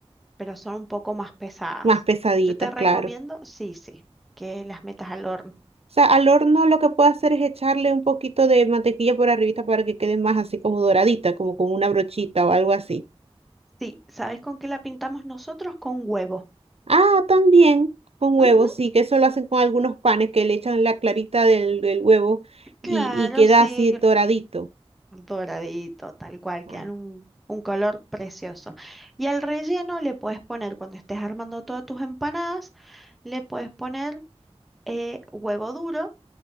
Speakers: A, in the centre; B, on the right.
A: pero son un poco más pesadas.
B: Más pesaditas,
A: Yo te recomiendo,
B: claro.
A: sí, sí, que las metas al horno.
B: O sea, al horno lo que puedo hacer es echarle un poquito de mantequilla por arribita para que quede más así como doradita, como con una brochita o algo así.
A: Sí, ¿sabes con qué la pintamos nosotros? Con huevo.
B: Ah, también con huevos,
A: Ujú,
B: sí, que eso lo hacen con algunos panes que le echan la clarita del, del huevo y,
A: claro,
B: y queda
A: sí,
B: así doradito.
A: doradito, tal cual, quedan
B: Ah,
A: un, un color precioso. Y al relleno le puedes poner, cuando estés armando todas tus empanadas, le puedes poner eh, huevo duro,